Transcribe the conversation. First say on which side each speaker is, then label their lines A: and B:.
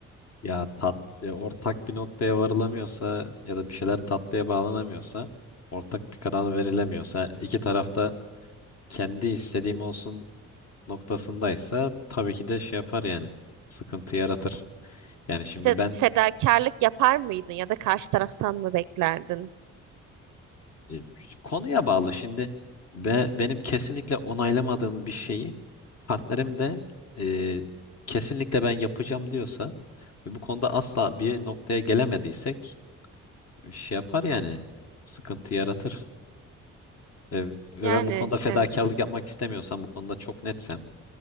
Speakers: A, on the left (about 55°); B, on the right (about 85°).
A: Ya tat ya ortak bir noktaya varılamıyorsa ya da bir şeyler tatlıya bağlanamıyorsa, ortak bir karar verilemiyorsa, iki tarafta kendi istediğim olsun noktasındaysa tabii ki de şey yapar yani. Sıkıntı yaratır. Yani şimdi
B: İşte
A: ben
B: fedakarlık yapar mıydın ya da karşı taraftan mı beklerdin?
A: e, konuya bağlı. Şimdi be, benim kesinlikle onaylamadığım bir şeyi partnerim de e, kesinlikle ben yapacağım diyorsa ve bu konuda asla bir noktaya gelemediysek e, şey yapar yani. Sıkıntı yaratır. E, ve
B: Yani
A: ben bu konuda fedakarlık
B: evet.
A: yapmak istemiyorsam, bu konuda çok netsem,